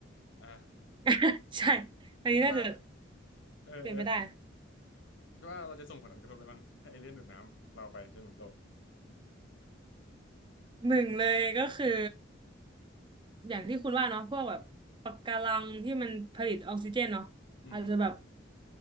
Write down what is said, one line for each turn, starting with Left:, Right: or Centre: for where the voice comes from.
Left: อ่า
Right: <laughs> ใช่อันนี้น่าจะ
Left: คุณคิดว่าเออเออ
Right: เป็นไปได้
Left: คิดว่าเราจะส่งผลกระทบอะไรบ้างถ้าเอเลี่ยนดูดน้ำเราไปจนหมดโลก
Right: หนึ่งเลยก็คืออย่างที่คุณว่าเนาะพวกแบบปะการังที่มันผลิตออกซิเจนเนาะอาจจะแบบ
Left: อืมอืม